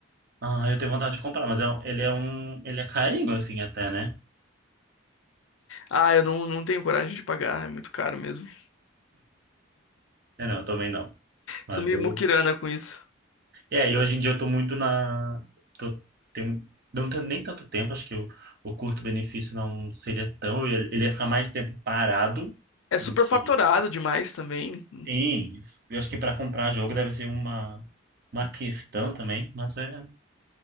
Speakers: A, on the right (about 50°); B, on the left (about 70°).
A: Ah, eu tenho vontade de comprar, mas é, um- ele é um, ele é carinho, assim, até, né?
B: Ah, eu não, não tenho coragem de pagar, é muito caro mesmo.
A: É, não, eu também não. Mas
B: Sou meio
A: eu
B: muquirana com isso.
A: É, e hoje em dia eu tô muito na. Tô, tem, não tenho nem tanto tempo, acho que o, o curto-benefício não seria tão. Ele, ele ia ficar mais tempo parado
B: É superfaturado
A: do que.
B: demais também.
A: Sim, eu acho que para comprar jogo deve ser uma, uma questão também, mas é